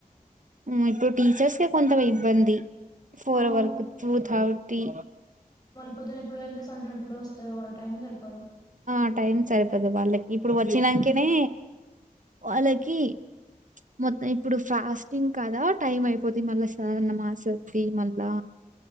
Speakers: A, on the right; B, on the left.
A: ఉం ఇప్పుడు టీచర్స్ కె కొంత ఇబ్బంది ఫోర్
B: అవును
A: వర్కు టూ థర్టీ
B: పొద్దు ఎడడు వెళ్తే సందంతం ఎప్పుడ వస్తారు వాళ్ళ టైం సరిపోదు
A: ఆ టైమ్ సరిపోదు వాళ్ళకి ఇప్పుడు వచ్చినాంకనే
B: ఉమ్
A: వాళ్ళకి మొత్తం ఇప్పుడు ఫాస్టింగ్ కదా టైం అయిపోతి మళ్ళా సాధారణ ఆసద్ది మళ్ళా